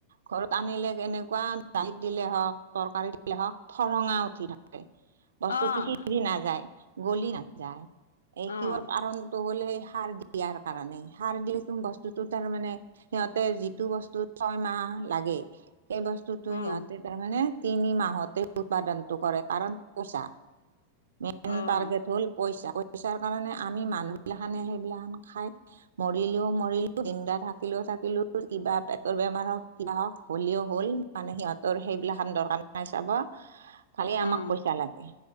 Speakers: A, on the right (about 65°); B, on the left (about 70°).
A: ঘৰত আনিলে কেনেকুৱা দাইত দিলে হওক তৰকাৰী দিলে হওঁক ঠৰঙা উঠি থা- কে। বস্তুটো
B: আহ
A: সিজি নাযায় গলি নাযায়, এই
B: আহ
A: কিহৰ কাৰণ- হ'ল সেই সাৰ দিয়াৰ কাৰণে সাৰ দিলেটো বস্তুতটো তাৰ মানে সিহঁতে যিটো বস্তুটো- ছয়মাহ লাগে। সেই বস্তুটো
B: আহ
A: সিহঁতে তাৰমানে- তিনি মাহতে উৎপাদনটো কৰে, কাৰণ প‌ইচা- মেইন
B: আহ
A: টাৰ্গেট হল পইচা পইচাৰ কাৰণে আমি মানুহ বিলাখানে সেইবিলাখন খাই- মৰিলোও মৰিলো জিন্দা থাকিলেও থাকিলোটো কিবা এটা- ৰ বেমাৰ হওক কিবা হওক হ'লেও হ'ল মানে সিহঁতৰ সেইবিলাকখান দৰকাৰ নাই চাব- খালি আমাক
B: আহ
A: পইচা লাগে।